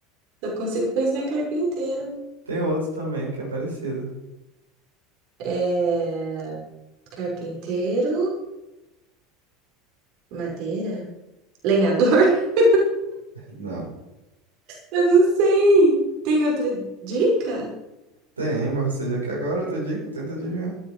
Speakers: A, on the right; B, on the right.
A: só consigo pensar em carpinteiro.
B: Tem outro também que é parecido.
A: É... Carpinteiro, madeira, lenhador? <laughs>
B: Não.
A: Eu não sei. Tem outra dica?
B: Tem, mas você já quer agora outra dica? Tenta adivinhar.